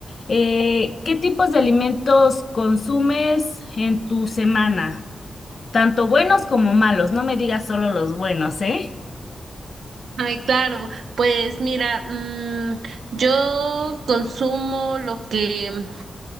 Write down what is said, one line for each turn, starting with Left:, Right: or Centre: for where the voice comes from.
Left: Eh, ¿qué tipos de alimentos consumes en tu semana? Tanto buenos como malos, no me digas solo los buenos, ¿eh?
Right: Ay, claro, pues mira, mm, yo consumo lo que,